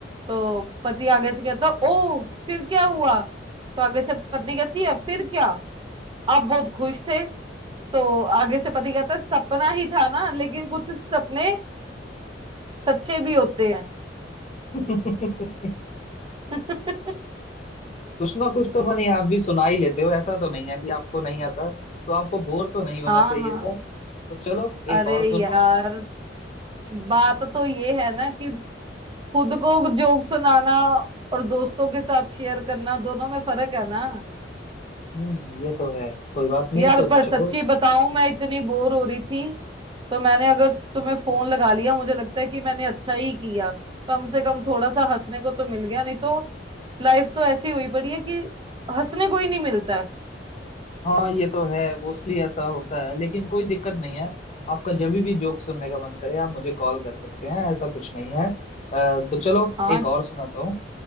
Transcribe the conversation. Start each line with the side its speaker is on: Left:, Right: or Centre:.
Right: तो पति आगे से कहता ओ फिर क्या हुआ तो आगे से पत्नी कहती है फिर क्या आप बहुत खुश थे तो आगे से पति कहता है सपना ही था ना लेकिन कुछ सपने सच्चे भी होते हैं
Left: <laughs>
Right: <laughs>
Left: कुछ ना कुछ तो बनी आप भी सुना ही लेते हो ऐसा तो नहीं है कि आपको नहीं आता तो आपको बोर तो नहीं होना
Right: हाँ
Left: चाहिए
Right: हाँ
Left: था तो चलो
Right: अरे
Left: एक और सुनो
Right: यार बात तो ये है ना कि खुद को जोक सुनाना और दोस्तों के साथ शेयर करना दोनों में फर्क है ना
Left: हम्म ये तो है कोई बात नहीं
Right: यार
Left: तो
Right: पर
Left: चलो
Right: सच्ची बताऊं मैं इतनी बोर हो रही थी तो मैंने अगर तुम्हें फोन लगा लिया मुझे लगता है कि मैंने अच्छा ही किया कम से कम थोड़ा सा हंसने को तो मिल गया नहीं तो लाइफ तो ऐसी हुई पड़ी है कि हंसने को ही नहीं मिलता है
Left: हाँ ये तो है मोस्टली ऐसा होता है लेकिन कोई दिक्कत नहीं है आपका जब भी जोक सुनने का मन करे आप मुझे कॉल कर सकते हैं ऐसा कुछ नहीं है अ, तो चलो
Right: हाँ
Left: एक और सुनाता हूँ